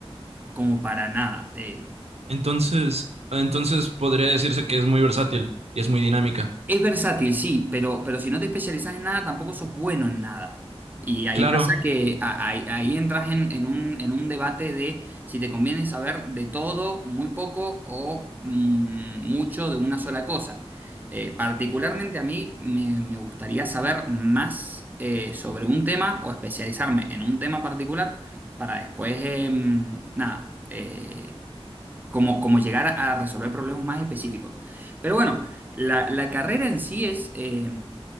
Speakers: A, on the right (about 15°); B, on the right (about 85°).
A: como para nada. Eh,
B: Entonces, entonces podría decirse que es muy versátil y es muy dinámica.
A: Es versátil, sí, pero, pero si no te especializas en nada, tampoco sos bueno en nada. Y ahí
B: Claro,
A: pasa que a- ahí, ahí entras en, en un, en un debate de si te conviene saber de todo, muy poco o mm, mucho de una sola cosa. Eh, particularmente a mí me, me gustaría saber más eh, sobre un tema o especializarme en un tema particular para después, em, nada, eh, como, como llegar a, a resolver problemas más específicos. Pero bueno, la, la carrera en sí es, eh,